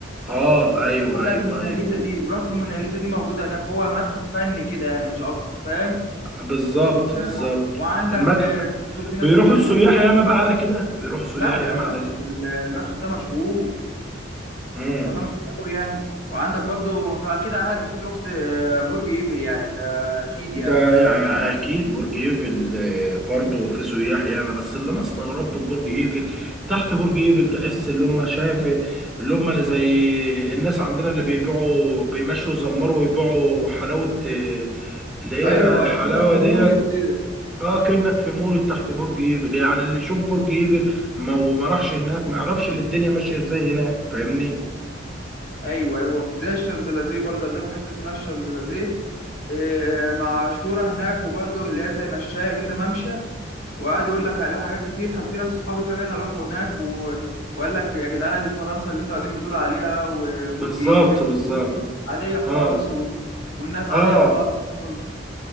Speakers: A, in the centre; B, on the left (about 55°).
A: اه ايوه
B: بتاعت
A: ايوه
B: الموناليزا
A: ايوه
B: دي زرافه الموناليزا دي موجوده هناك هو متحف فني كده يعني مش اكتر فاهم
A: بالظبط
B: و...
A: بالظبط
B: وعندك
A: المتحف
B: آه، في ناس
A: بيروحوا
B: بتروح
A: السياح
B: هناك
A: ياما بقى على كده بيروحوا السياح
B: لا ده
A: ياما
B: متحف
A: على
B: المتحف ده مشهور
A: كده
B: المتحف ده مشهور قوي يعني وعندك برضو انت اكيد عارف اكيد رحت آه، برج ايفل يعني ده اكيد
A: ده
B: يعني
A: اكيد برج ايفل آه، برضه في سياح ياما بس اللي انا استغربته في برج ايفل تحت برج ايفل تحس اللي هم شايف اللي هم زي الناس عندنا اللي بيبيعوا بيمشوا يزمروا ويبيعوا حلاوة آه، اللي
B: ايوه
A: هي الحلاوة
B: أيوة، كأنك في مول
A: ديت
B: كده
A: اه كأنك في مول تحت برج ايفل يعني اللي يشوف برج ايفل ما وما راحش هناك ما يعرفش اللي الدنيا ماشية ازاي هناك فاهمني
B: ايوه ايوه في زي الشانزليزيه برضه عندهم حته اسمها الشانزليزيه آه، مشهوره هناك وبرضه اللي هي زي مشايه كده ممشى وقعد يقول لك عليها حاجات كتير كان في ناس صحابي فعلا راحوا هناك و... وقال لك يا جدعان دي فرنسا اللي انتوا قاعدين بتقولوا عليها وبرج
A: بالظبط
B: ايفل ومش
A: بالظبط
B: عارف ايه عاديه خالص
A: اه
B: و... والناس عاديه
A: اه
B: خالص